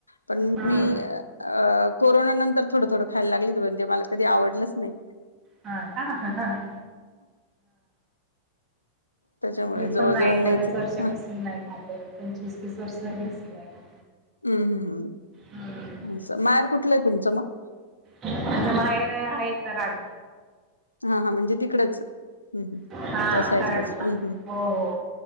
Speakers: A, on the left; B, on the right.
A: पण
B: हम्म
A: मी अ कोरोना नंतर थोडंथोड खायला लागली त म्हणजे मला कधी आवडलंच नाही.
B: हा का हा हा.
A: त्याच्यामुळे
B: मी
A: जवळजवळ
B: पण नाही
A: नाहीच
B: बरेच
A: हं
B: वर्षापासून नाही खाते मी पण पंचवीस वीस तीस वर्ष झाली असतील नाही खात.
A: हम्म हम्
B: हम्म.
A: हम्ं. माहेर कुठलंय हाय तुमचं मग?
B: माझा माहेर आहे कराड.
A: हा हा म्हणजे तिकडच. हम् हम्
B: हा
A: त्या साईडलाच
B: कराडला
A: हम् हम्
B: हो हो.